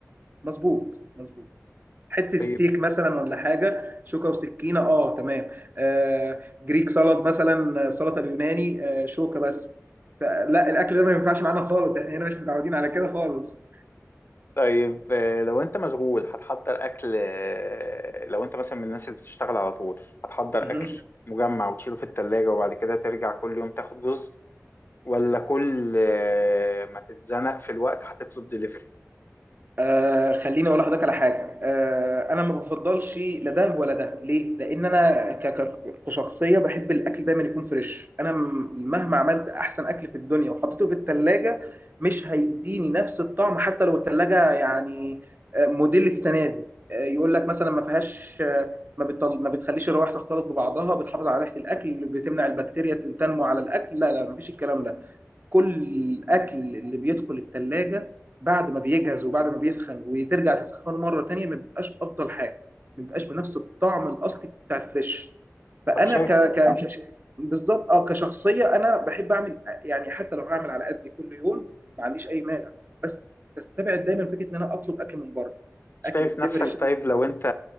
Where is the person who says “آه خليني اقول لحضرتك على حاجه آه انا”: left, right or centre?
Right